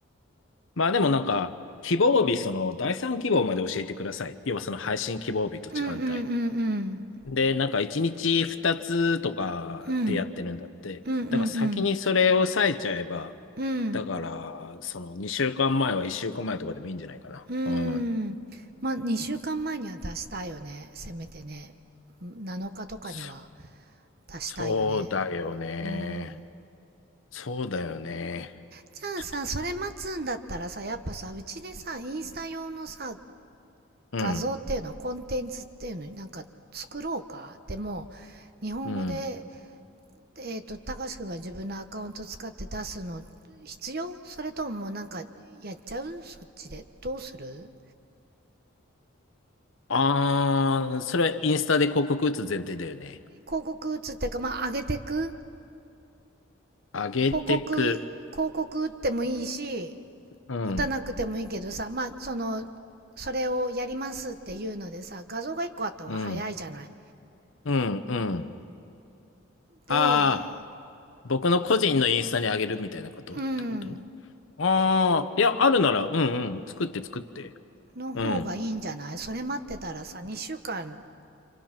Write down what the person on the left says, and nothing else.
まあでもなんか、希望日、その第三希望まで教えてください。要はその配信希望日と時間帯。
で、なんか1日2つとかでやってるんだって。
だから先にそれを抑えちゃえば、
だから、その2週間前は1週間前とかでもいいんじゃないかな。
うん。
そ、
そうだよね。
そうだよね。
ちょっと、
うん。
うん。
ああ、それはインスタで広告打つ前提だよね。
あげてく。
うん、
うん、うん、うん。
ああ、僕の個人のインスタにあげるみたいなことってこと
ああー、いや、あるなら、うんうん、作って作って。
うん、